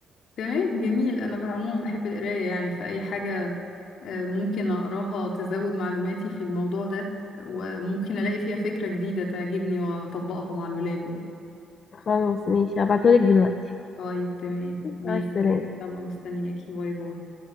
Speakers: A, on the left; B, on the left.
A: تمام جميل انا عموما بحب القراية يعني في اي حاجة آه، ممكن أقراها تزود معلوماتي في الموضوع ده وممكن ألاقي فيها فكرة جديدة تعجبني وأطبقها مع الولاد يعني
B: خلاص ماشي هبعتهولك دلوقتي
A: طيب تمام ماشي
B: مع السلامة
A: يلا مستنياكي باي باي